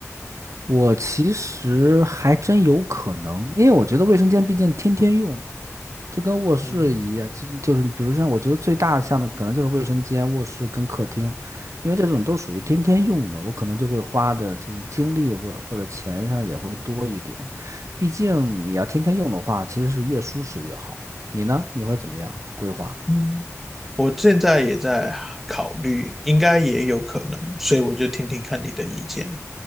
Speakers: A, on the right; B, in the centre.
A: 我其实还真有可能，因为我觉得卫生间毕竟天天用，就跟卧室一样，
B: 嗯
A: 就就是比如像我觉得最大像的可能就是卫生间、卧室跟客厅，因为这种都属于天天用的，我可能就会花的就是精力或者或者钱上也会多一点，毕竟你要天天用的话，其实是越舒适越好。你呢？你会怎么样规划？
B: 嗯。我现在也在考虑，应该也有可能，所以我就听听看你的意见。